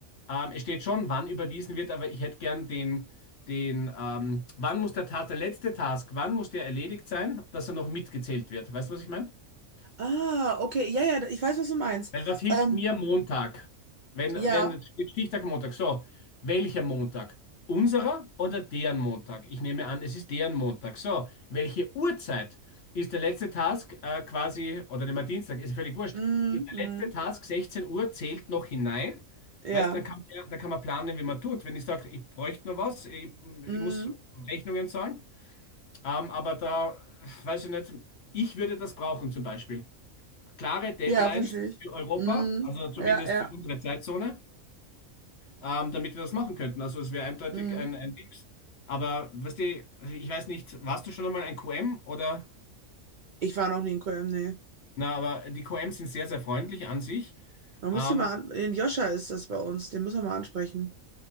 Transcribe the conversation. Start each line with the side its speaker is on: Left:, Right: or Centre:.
Left: Ähm, es steht schon, wann überwiesen wird, aber ich hätte gern den, den ähm, wann muss der Tat, der letzte Task, wann muss der erledigt sein, dass er noch mitgezählt wird. Weißt du, was ich meine?
Right: Ah, okay, ja, ja, ich weiß, was du meinst.
Left: Weil was hilft
Right: Ähm,
Left: mir Montag? Wenn,
Right: ja,
Left: wenn steht Stichtag Montag. So, welcher Montag? Unserer oder deren Montag? Ich nehme an, es ist deren Montag. So, welche Uhrzeit ist der letzte Task äh, quasi, oder nehmen wir Dienstag, ist völlig wurscht.
Right: mm,
Left: Ist der
Right: mm,
Left: letzte Task 16 Uhr, zählt noch hinein?
Right: ja,
Left: Weißt, dann kann, man- dann kann man planen, wie man tut. Wenn ich sage, ich bräuchte noch was, ich, ich
Right: mm,
Left: muss Rechnungen zahlen, ähm, aber da, weiß ich nicht, ich würde das brauchen zum Beispiel klare Deadlines
Right: ja, verstehe ich.
Left: für Europa,
Right: Mm,
Left: also zumindest
Right: ja, ja,
Left: für unsere Zeitzone, ähm, damit wir das machen könnten. Also es wäre eindeutig
Right: mm.
Left: ein, ein Dings. Aber weißt du, ich weiß nicht, warst du schon einmal ein QM oder?
Right: Ich war noch nie in Köln, nee.
Left: Na, aber die QM sind sehr, sehr freundlich an sich.
Right: Man
Left: Ähm,
Right: muss den mal an, den Joscha ist das bei uns, den müssen wir mal ansprechen.